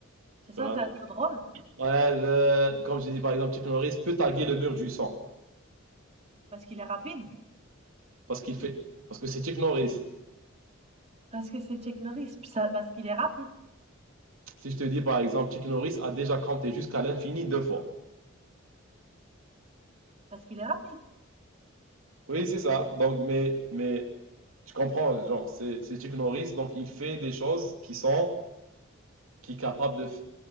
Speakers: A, on the right (about 30°); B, on the right (about 80°).
A: c'est censé
B: tu vois.
A: être drôle
B: Ouais, euh, comme je dis par exemple, Chuck Norris peut taguer le mur du sang.
A: parce qu'il est rapide,
B: Parce qu'il fait. Parce que c'est Chuck Norris.
A: parce que c'est Chuck Norris, puis ça- parce qu'il est rapide,
B: Si je te dis par exemple, Chuck Norris a déjà compté jusqu'à l'infini deux fois.
A: parce qu'il est rapide.
B: Oui, c'est ça. Donc, mais, mais tu comprends, genre, c'est c'est Chuck Norris, donc il fait des choses qui sont, qui est capable de, f-